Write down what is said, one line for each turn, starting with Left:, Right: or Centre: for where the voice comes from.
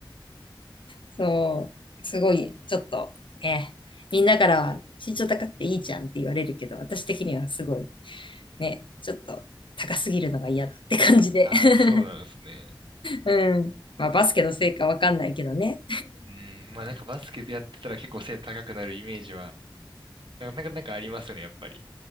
Left: そう、すごい、ちょっと、ね、みんなからは身長高くていいじゃんって言われるけど、私的にはすごい、ね、ちょっと高すぎるのが嫌だって感じで。
Right: ああ、
Left: <laughs>
Right: そうなんですね。
Left: うん。まあ、バスケのせいかわかんないけどね。
Right: うん、まあなんかバスケやってたら結構背高くなるイメージは、なんか、なんかなんかありますね、やっぱり。